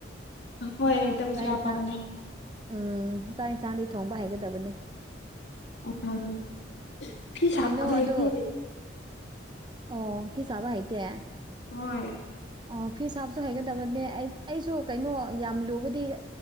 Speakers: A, on the left; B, on the right.
A: ꯍꯣꯏ ꯍꯩꯇꯕꯁꯨ
B: ꯆꯥꯛ
A: ꯌꯥꯎꯕꯅꯦ
B: ꯏꯟꯁꯥ ꯎꯝ ꯆꯥꯛ ꯌꯦꯟꯁꯥꯡꯗꯤ ꯊꯣꯡꯕ ꯍꯩꯒꯗꯕꯅꯦ
A: <unintelligible> ꯐꯤ ꯁꯥꯕꯗꯤ
B: ꯀꯩꯅꯣ ꯑꯗꯣ
A: ꯍꯩꯇꯦ
B: ꯑꯣ ꯐꯤ ꯁꯥꯕ ꯍꯩꯇꯦ
A: ꯍꯣꯏ
B: ꯑꯣ ꯐꯤ ꯁꯥꯕꯁꯨ ꯍꯥꯒꯗꯕꯅꯦ ꯑꯩ ꯑꯩꯁꯨ ꯀꯩꯅꯣ ꯌꯥꯝ ꯂꯨꯕꯗꯤ